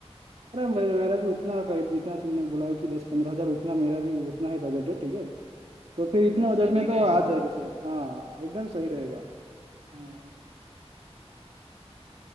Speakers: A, on the right; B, on the right.
A: अरे मे- मेरा भी उतना करीब जितना तुमने बोला कि दस पंद्रह हजार उतना मेरा भी उतना ही बजट है ठीक है तो फिर
B: तो उतना
A: इतना बजट
B: सही
A: में तो
B: रहेगा
A: आ जाएगा
B: ना
A: शायद हाँ एकदम सही रहेगा
B: हाँ